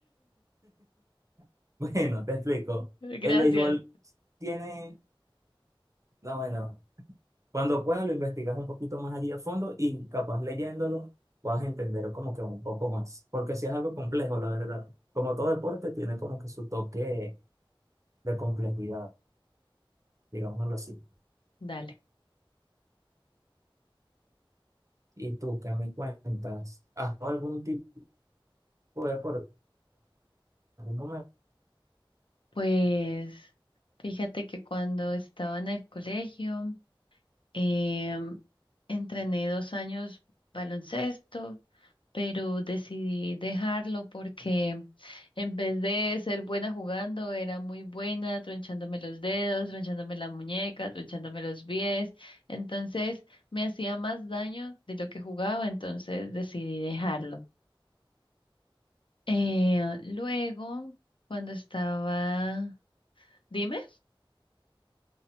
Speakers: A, on the right; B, on the left.
A: <laughs> Bueno, te explico.
B: Gracias.
A: El béisbol tiene, no, bueno, cuando puedas lo investigas un poquito más allí a fondo y capaz leyéndolo vas a entender como que un poco más, porque si es algo complejo, la verdad. Como todo deporte tiene como que su toque de complejidad, digámoslo así.
B: Dale.
A: ¿Y tú qué me cuentas? ¿Has jugado algún tipo de deporte? ¿Algún momento?
B: Pues fíjate que cuando estaba en el colegio Em, entrené dos años baloncesto, pero decidí dejarlo porque en vez de ser buena jugando, era muy buena tronchándome los dedos, tronchándome la muñeca, tronchándome los pies. Entonces me hacía más daño de lo que jugaba, entonces decidí dejarlo. Eh, luego, cuando estaba... Dime.